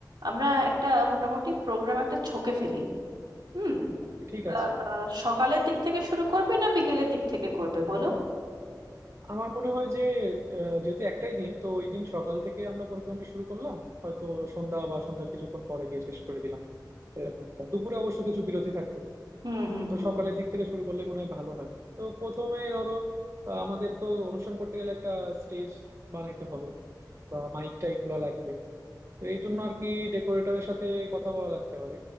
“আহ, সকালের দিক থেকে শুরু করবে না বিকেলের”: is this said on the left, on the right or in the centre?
Right